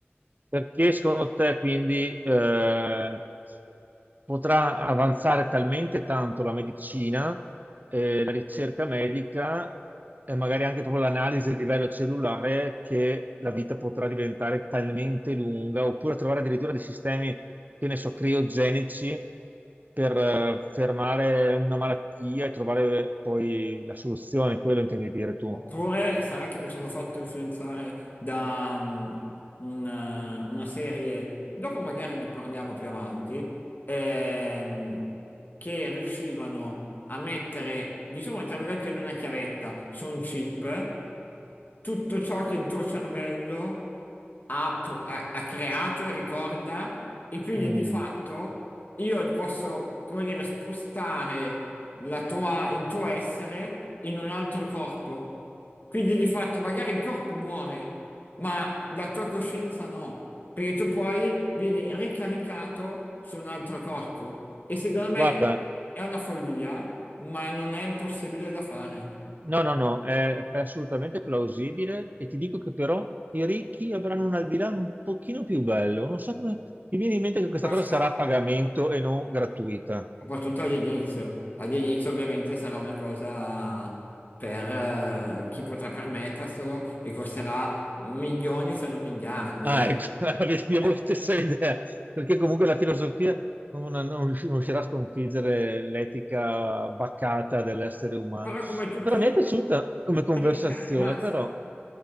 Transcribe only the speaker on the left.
Oppure sarà che mi sono fatto influenzare da, mm, un- eh, una serie, dopo magari ne parliamo più avanti, ehm, che riuscivano a mettere, diciamo, tra virgolette, in una chiavetta su un chip tutto ciò che il tuo cervello ha, pro- ha- ha creato e ricorda, e quindi
di fatto io posso, come dire, spostare la tua- il tuo essere in un altro corpo. Quindi di fatto magari il corpo muore, ma la tua coscienza no, perché tu poi vieni ricaricato su un altro corpo e secondo me
è una follia, ma non è impossibile da fare.
Questo
soprattutto all'inizio. All'inizio ovviamente sarà una cosa per eh, chi potrà permetterselo e costerà milioni se non miliardi.
eh.
Eh,
però come tutte
le
cose
può diventare di massa,
eh.